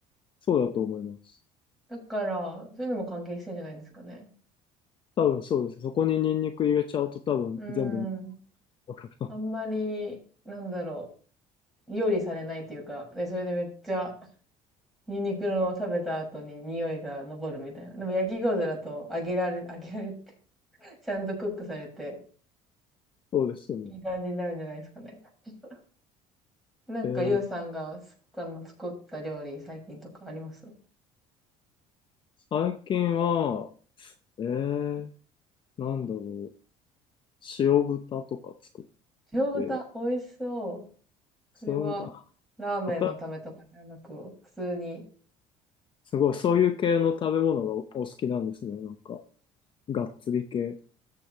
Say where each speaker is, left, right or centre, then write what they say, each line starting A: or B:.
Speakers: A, on the left; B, in the centre.
A: そうだと思います。
B: だから、そういうのも関係してんじゃないですかね。
A: 多分そうです。そこにニンニク入れちゃうと多分全部ニンニ
B: うーん。
A: クかかる
B: あんまり、なんだろう。料理されないというか、で、それでめっちゃニンニクの食べた後に匂いが残るみたいな。でも焼き餃子だと揚げられ、<laughs> 揚げられて <laughs> ちゃんとクックされて、
A: そうですよね。
B: いい感じになるんじゃないですかね。<laughs> なんか、
A: えー
B: ゆうさんがす、あの、作った料理、最近とかあります
A: 最近は、えー、なんだろう。塩豚とか作っ
B: 塩豚、
A: て、
B: 美味しそう。それは、
A: 塩豚、
B: ラーメンのためとかではなく、
A: 硬
B: 普通に。
A: すごい、そういう系の食べ物がおお好きなんですね。なんか、がっつり系。